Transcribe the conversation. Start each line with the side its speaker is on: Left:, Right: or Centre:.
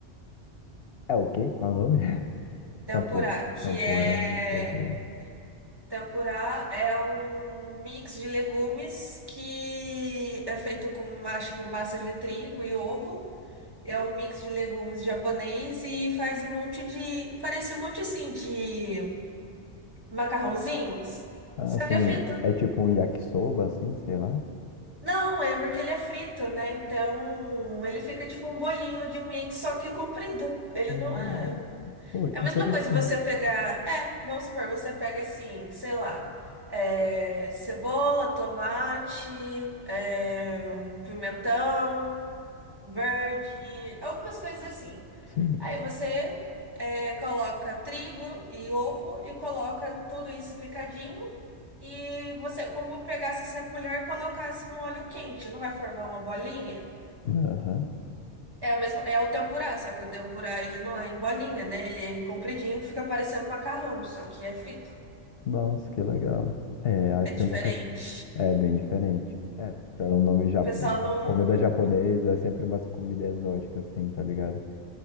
Left: é o quê? Qual é o nome? <laughs>
Right: Tempurá,
Left: Tampo,
Right: que
Left: tampura,
Right: é.
Left: não sei o que. é.
Right: Tempurá é um mix de legumes que é feito com, acho que, massa de trigo e ovo. É um mix de legumes japonês e faz um monte de. Parece um monte, assim, de macarrãozinhos.
Left: Ah,
Right: Só
Left: Assim,
Right: que é feito
Left: é tipo um yakisoba, assim, sei lá.
Right: Não, é porque ele é frito, né? Então ele fica tipo um bolinho de mix, só que comprido. Ele
Left: Hum,
Right: não é.
Left: pô, que
Right: É a mesma
Left: interessante.
Right: coisa você pegar. É, vamos supor, você pega assim, sei lá, é, cebola, tomate, é, um pimentão verde, algumas coisas assim.
Left: Sim.
Right: Aí você é, coloca trigo e ovo e coloca tudo isso picadinho. E você, como pegasse assim, a colher e colocasse no óleo quente, não vai formar uma bolinha?
Left: Aham.
Right: É, o mesmo, é o tempurá, só que o tempurá ele não é em bolinha, né? Ele é em compridinho que fica parecendo macarrão, só que é frito.
Left: Nossa, que legal. É, acho
Right: É
Left: que
Right: diferente.
Left: eu nunca. che- É bem diferente. É, pelo nome já
Right: O pessoal não.
Left: comida japonesa é sempre umas comida exótica, assim, tá ligado?